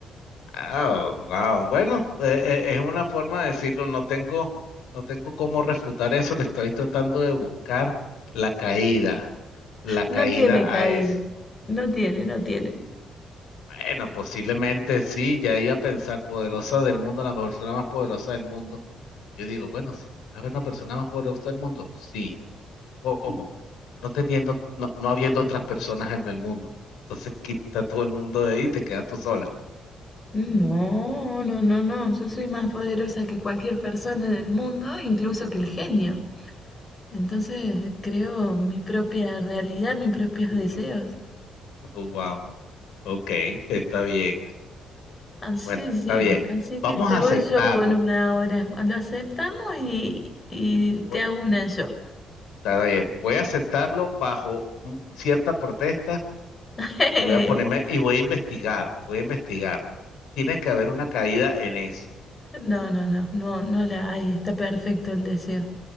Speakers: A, on the left; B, on the left.
A: Ah, wow. Bueno, eh, eh, es una forma de decirlo. No tengo, no tengo cómo refutar eso. Le estoy tratando de buscar la caída, la caída
B: No tiene caída.
A: a eso.
B: No tiene, no tiene.
A: Bueno, posiblemente sí. Ya iba a pensar poderosa del mundo, la persona más poderosa del mundo. Yo digo, bueno, si puede haber una persona más poderosa del mundo, sí. ¿Cómo? No teniendo, no, no habiendo otras personas en el mundo. Entonces quita todo el mundo de ahí y te quedas tú sola.
B: No, no, no, no. Yo soy más poderosa que cualquier persona en el mundo, incluso que el genio. Entonces creo mi propia realidad, mis propios deseos.
A: <laughs> Wow. Ok, está bien.
B: Así,
A: Bueno,
B: sí.
A: está bien.
B: Así que
A: Vamos
B: te
A: a aceptarlo.
B: voy yo con una ahora. Lo aceptamos y, y te
A: Bu-
B: hago una yo.
A: Está bien. Voy a aceptarlo bajo un- cierta protesta
B: <laughs>
A: y voy a ponerme y voy a investigar. Voy a investigar. Tiene que haber una caída en eso.
B: No, no, no, no, no la hay. Está perfecto el deseo.